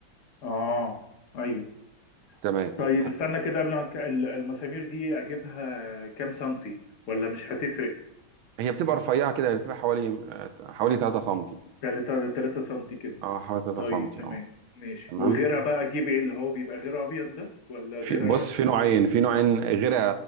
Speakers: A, on the left; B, on the right.
A: اه ايوه
B: تمام
A: طيب
B: هت-
A: استنى كده قبل ما تك... ال- المسامير دي اجيبها كام سنتي ولا مش هتفرق
B: هي بتبقى رفيعه كده بتبقى حوالي آه، حوالي 3 سم
A: 3 3 سنتي كده
B: اه حوالي 3
A: طيب
B: سم
A: تمام
B: اه
A: ماشي
B: تمام
A: وغيرها بقى اجيب ايه اللي هو بيبقى غير ابيض ده ولا
B: في
A: غير
B: بص في نوعين في نوعين غير